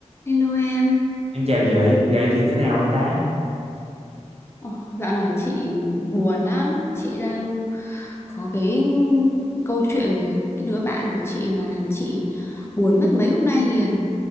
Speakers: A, on the left; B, on the right.
A: Hello em,
B: Em chào chị, giờ chị thế nào rồi ta?
A: Ồ, dạo này chị buồn lắm, chị đang có cái câu chuyện về cái đứa bạn của chị mà làm chị buồn mất mấy hôm nay liền.